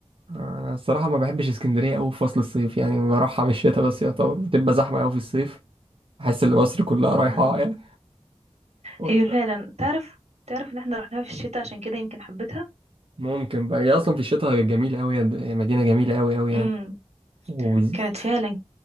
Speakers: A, on the right; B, on the right.
A: انا الصراحة ما بحبش اسكندرية قوي في فصل الصيف يعني بروحها في الشتاء بس يا طبعا بتبقى زحمة قوي في الصيف احس ان مصر كلها رايحة
B: <laughs>
A: يعني ولا
B: هي فعلا تعرف تعرف ان احنا رحناها في الشتاء عشان كده يمكن حبيتها
A: ممكن بقى هي اصلا في الشتاء جميلة قوي مدينة جميلة قوي قوي يعني
B: امم
A: و-
B: كانت فعلا